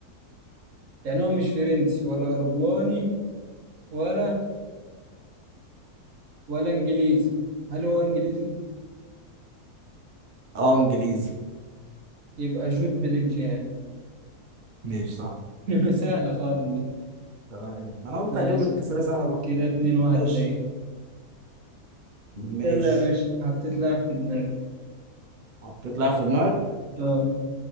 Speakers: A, on the right; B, on the right.
A: يعني هو مش فرنسي ولا أوروجواني ولا ولا إنجليزي هل هو إنجليزي؟
B: اه انجليزي
A: يبقى جود بلينجهام
B: ماشي صح
A: <laughs> سهلة خالص دي
B: تمام ما انا قلت
A: ماشي
B: هجيب لك اسئله سهله بقى
A: كده اتنين واحد
B: ماشي
A: ليه
B: ماشي
A: يلا يا باشا حطيت لاعب في دماغي
B: حطيت لاعب في دماغك
A: اه